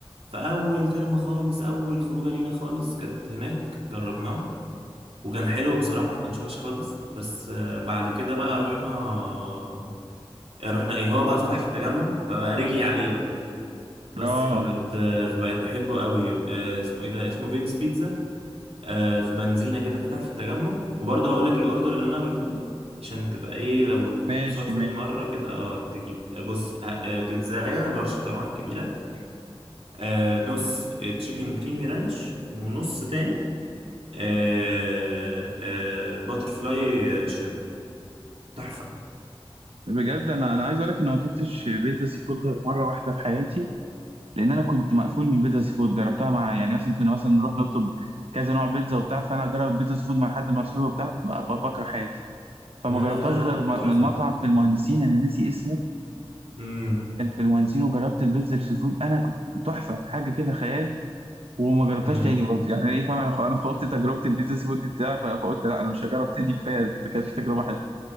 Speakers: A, on the right (about 80°); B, on the right (about 75°).
A: في اول ترم خالص اول خروجه لينا خالص كانت هناك جربناه وكان حلو بصراحه ما كانش وحش خالص بس آه، بعد كده بقى رحنا آه، رحنا ايه هو بقى فتح في التجمع فبقى رجلي عليه بقى بس
B: اه
A: فبقت آه، فبقت بحبه قوي آه، اسمه ايه ده اسمه فينس بيتزا آه، في بنزينة كده فاتحة في التجمع وبرضه هقول لك الأوردر اللي أنا بجيبه عشان تبقى إيه لو
B: ماشي
A: صدفة
B: ماشي
A: مرة كده أه تجيبه آه، بص آه، آه، بيتزاية لارج طبعا كبيرة آه، نص تشيكن كريمي رانش ونص تاني آه، آه، باتر فلاي شريمب تحفة
B: بجد انا انا عايز اقول لك ان ما اكلتش بيتزا سي فود غير مره واحده في حياتي لان انا كنت مقفول من بيتزا سي فود جربتها مع يعني مثلا كنا مثلا نروح نطلب كذا نوع بيتزا وبتاع فانا اجرب بيتزا سي فود مع حد من اصحابي وبتاع ب- ب- بكره حياتي فما
A: لا
B: جربتهاش
A: لا لا لا،
B: غير م-
A: لا، تحفة
B: من مطعم في المهندسين انا ناسي اسمه
A: امم
B: كان في المهندسين وجربت البيتزا السي فود انا كنت تحفه حاجه كده خيال وما جربتهاش
A: امم
B: تاني برضه يعني ايه فاهم انا خ- انا خلطت تجربه البيتزا سي فود بتاعي ف- فقلت لا انا مش هجرب تاني كفايه كانت في تجربه حلوه